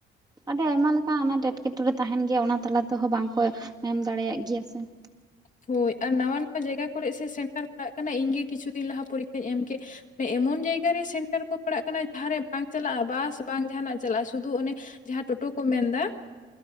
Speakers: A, on the right (about 20°); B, on the left (about 40°).
A: ᱟᱹᱰᱤ ᱟᱭᱢᱟ ᱞᱮᱠᱟᱱ ᱟᱱᱟᱴ ᱮᱴᱠᱮᱴᱚᱬᱮ ᱛᱟᱸᱦᱮᱱ ᱜᱮᱭᱟ ᱚᱱᱟ ᱛᱟᱞᱟ ᱛᱮᱦᱚᱸ ᱵᱟᱝᱠᱚᱼᱼ ᱮᱢ ᱫᱟᱲᱮᱭᱟᱜ ᱜᱮᱭᱟ ᱥᱮ ᱾
B: ᱦᱳᱭ ᱟᱨ ᱱᱟᱣᱟ ᱱᱟᱣᱟ ᱡᱟᱭᱜᱟ ᱠᱚᱨᱮ ᱥᱮ ᱥᱮᱱᱴᱟᱨ ᱯᱟᱲᱟᱜ ᱠᱟᱱᱟ, ᱤᱧ ᱜᱮ ᱠᱤᱪᱷᱩ ᱫᱤᱱ ᱞᱟᱦᱟ ᱯᱚᱨᱤᱠᱠᱷᱟᱧ ᱮᱢ ᱠᱮᱫᱼᱼ ᱮᱢᱚᱱ ᱡᱟᱭᱜᱟᱨᱮ ᱥᱮᱱᱴᱟᱨ ᱠᱚ ᱯᱟᱲᱟᱜ ᱠᱟᱱᱟ ᱡᱟᱸᱦᱟᱸᱨᱮ ᱵᱟᱝ ᱪᱟᱞᱟᱜᱼᱟ ᱵᱟᱥ, ᱵᱟᱝ ᱡᱟᱸᱦᱟᱱᱟᱜ ᱪᱟᱞᱟᱜᱼᱟ, ᱥᱩᱫᱩ ᱚᱱᱮᱼᱼ ᱡᱟᱦᱟᱸ ᱴᱳᱴᱳ ᱠᱚ ᱢᱮᱱᱫᱟ ᱾